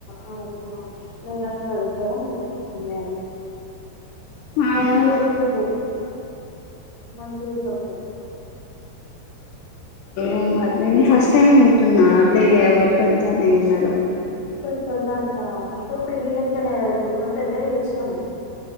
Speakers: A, on the left; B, on the left.
A: అనే ఇమా మేనత్త దగ్గర ఉప్పుకుచ్చింది. అని చెప్పి
B: ఆహా
A: మొలగ తెచ్చిండు, మంచింటప్పు
B: అవును మరి నేను ఈ ఫస్ట్ టైమ్ వింటున్నా అంటే ఇగ పెట్టొద్ద అని వినడం.
A: పెట్టోదంటా అంటే పెళ్ళి లేకుండా <unintelligible> ఇప్పుడు మనం పెద్దగా చేసినం